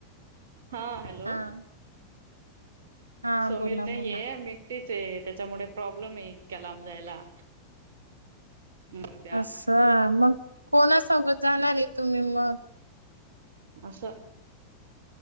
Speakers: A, on the right (about 60°); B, on the right (about 85°).
A: हां, हॅलो.
B: हा. हा
A: समीर
B: बोला
A: नाहीए.
B: बोला
A: मी एकटीच आहे त्याच्यामुळे प्रॉब्लेम आहे इतक्या लांब जायला. मी उद्या
B: अस्सा.. मग. कोणासोबत जाणार आहे तुम्ही मग?
A: अस.